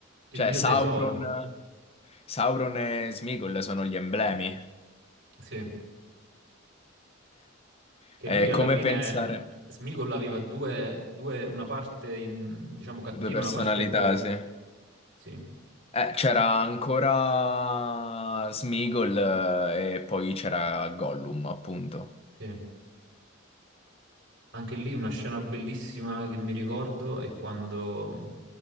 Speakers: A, on the right (about 60°); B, on the left (about 30°).
A: Il
B: Cioè,
A: mio
B: Sauron,
A: tesoro,
B: Sauron e Smigol sono gli emblemi.
A: sì. che
B: È
A: lui alla
B: come
A: fine
B: pensare
A: Smigol aveva due, due- una parte in- diciamo cattiva
B: due personalità,
A: e una parte buona.
B: sì.
A: Sì,
B: Eh, c'era ancora Smeagol eh, e poi c'era Gollum, appunto.
A: sì. Anche lì una scena bellissima che mi ricordo è quando